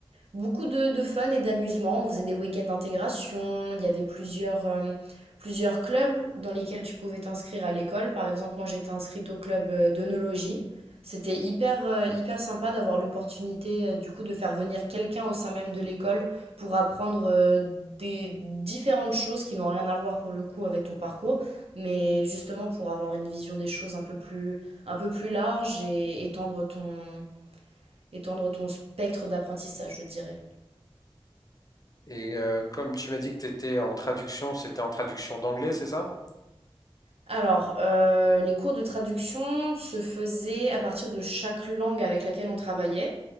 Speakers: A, on the right; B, on the left.
A: Beaucoup de, de fun et d'amusement. On faisait des week-ends d'intégration. Il y avait plusieurs, euh, plusieurs clubs dans lesquels tu pouvais t'inscrire à l'école. Par exemple, moi, j'étais inscrite au club euh, d'onologie. C'était hyper, euh, hyper sympa d'avoir l'opportunité, euh, du coup, de faire venir quelqu'un au sein même de l'école pour apprendre euh, des différentes choses qui n'ont rien à voir pour le coup avec ton parcours, mais justement pour avoir une vision des choses un peu plus, un peu plus large et étendre ton, étendre ton spectre d'apprentissage, je dirais.
B: Et euh, comme tu m'as dit que tu étais en traduction, c'était en traduction d'anglais, c'est ça?
A: Alors, heu, les cours de traduction se faisaient à partir de chaque langue avec laquelle on travaillait.